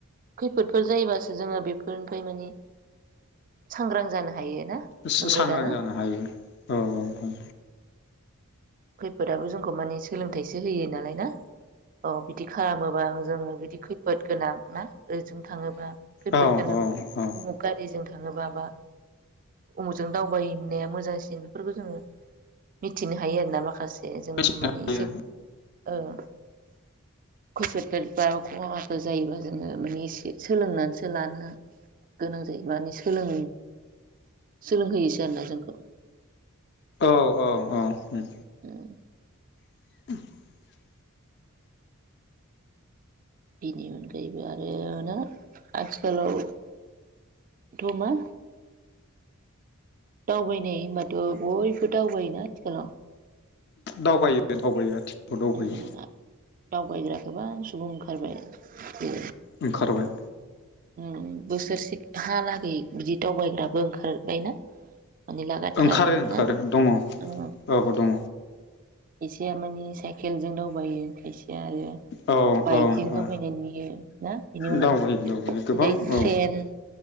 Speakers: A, on the right; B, on the left.
A: खैफोदफोर जायोबासो जोङो बेफोरनिफ्राय माने सांग्रां जानो हायो। ना
B: सो सो
A: नंगौ
B: सांग्रां
A: दा ना
B: जानो हायो औ औ
A: खैफोदाबो जोंखौ माने सोलोंथाइसो होयो नालाय ना अ बिदि खालामोबा जोङो बिदि खैफोद गोनां ना ओरैजों थाङोबा खैफोद
B: औ
A: गोनां
B: औ औ
A: उमुख गारिजों थाङोबा बा उमुखजों दावबायनाया मोजांसिन बेफोरखौ जोङो मिथिनो हायो आरो ना माखासे जे जोङो
B: मिथिनो
A: मानि एसे
B: हायो
A: ओं खैफोद फोर बा खहाफोर जायोबा जोङो माने एसे सोलोंनानैसो लानो गोनां जायो माने सोलों सोलोंहोयोसो आरोना जोंखौ
B: औ औ औ
A: औ <inaudible>
B: <inaudible>
A: बिनि अनगायैबो आरो ना आथिखालावथ' मा? दावबायनाय होनबाथ' बयबो दावबायोना आथिखालाव
B: दावबायो दावबायो आथि दावबायो
A: उम दावबायग्रा गोबां सुबुं ओंखारबाय बे
B: ओंखारबाय।
A: उम बोसोरसे हालागै बिदि दावबायग्राबो ओंखारबायना? माने लागाथार
B: ओंखारो ओंखारो
A: ना
B: दङ औ
A: उम
B: दङ।
A: खायसेया मानि साइकेल जों दावबायो खाय या आरो
B: औ
A: बाइकजों
B: औ
A: दावबायनाय
B: औ
A: नुयो ना बेनि उनाव
B: दावबायो
A: ट्रे
B: दावबायो गोबां
A: ओफ्राय
B: औ
A: ट्रेन,